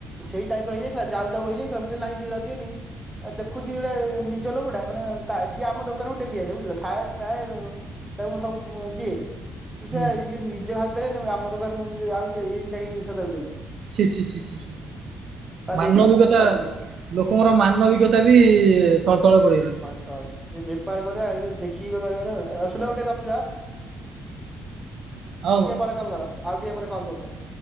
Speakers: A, in the centre; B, on the right (about 60°).
A: ସେଇ ଟାଇପ୍ ର ହେଇଯାଇଥିଲା। ଯାଉ ଯାଉ ହେଇଯାଇଥିଲା, ମୁଁ କହିଲି ଲାଇଁ ସେଉରା ଦିଅନି। ଆ ଦେଖୁଚି ଗୋଟେ ନିଜ ଲୋକଟା ମାନେ ତା ସିଏ ଆମ ଦୋକାନକୁ ଡେଲି ଆସେ ବୁଝିଲ ଖାଏ ପାଏ ଉଁ ତାକୁ ମୁଁ ସବୁ ଦିଏ। କିସ
B: ହୁଁ
A: ଇଏ ନିଜେ ହାତରେ ନି ଆମ ଦୋକାନକୁ ସିଏ ଆଉତି ଏମତିଆ ଏଇ ନିଶ ଟାକୁ ଧରି।
B: ଛି ଛି ଛି ଛି ଛି ଛି। ମାନବିକତା
A: ଦେଇଦେଲା ମୁଁ ଫୋପାଡ଼ି ଦେଲି
B: ଲୋକଙ୍କର ମାନବିକତା ବି ତଳ ତଳେ ପଡିଗଲାଣି।
A: ତ ଏ ବେପାର କରିବା ଏ ଯୋଉ ଦେଖିକି ବେପାର କରିବା <unintelligible> ଆଉ ସୁଲା ବୋଉ ଟିକେ ରଖିଦବ। ଟିକେ
B: ହଉ ହଉ।
A: ପରେ କଲ୍ କର, ଆଉ ଟିକେ ପରେ କଲ୍ କରୁଛ।